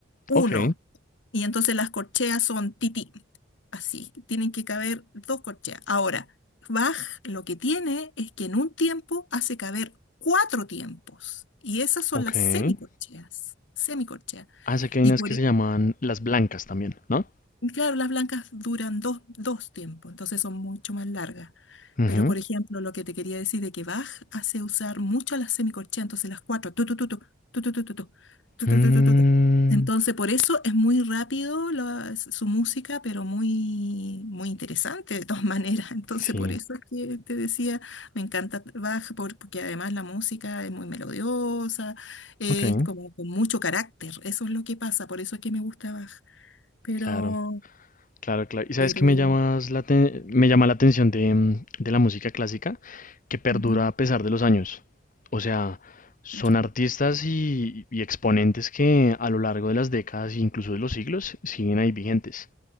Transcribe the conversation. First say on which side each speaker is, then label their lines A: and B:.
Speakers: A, on the left (about 70°); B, on the left (about 45°).
A: uno,
B: ok,
A: y entonces las corcheas son tití, así, tienen que caber dos corcheas. Ahora, Bach lo que tiene es que en un tiempo hace caber cuatro tiempos, y esas son
B: ok.
A: las semicorcheas, semicorcheas.
B: Ah, sé que hay
A: Y
B: unas
A: por,
B: que
A: e
B: se llaman las blancas también, ¿no?
A: y Claro, las blancas duran dos, dos tiempos, entonces son mucho más largas.
B: Ujú.
A: Pero, por ejemplo, lo que te quería decir de que Bach hace usar mucho las semicorcheas, entonces las cuatro, tu, tu, tu, tu, tu, tu, tu, tu, tu,
B: Mm,
A: tu, tu, tu, tu, tu, tu. Entonces, por eso es muy rápido la- su música, pero muy, muy interesante de todas <laughs> maneras. Entonces,
B: sí,
A: por eso es que te decía, me encanta Bach, por- porque además la música es muy melodiosa, es
B: ok,
A: como con mucho carácter. Eso es lo que pasa, por eso es que me gusta Bach. Pero
B: claro. Claro, claro. ¿Y sabes
A: pero
B: qué me llamas la te- me llama la atención de, mm, de la música clásica? Que perdura
A: Ujú,
B: a pesar de los años. O sea, son
A: claro.
B: artistas y, y exponentes que a lo largo de las décadas e incluso de los siglos siguen ahí vigentes.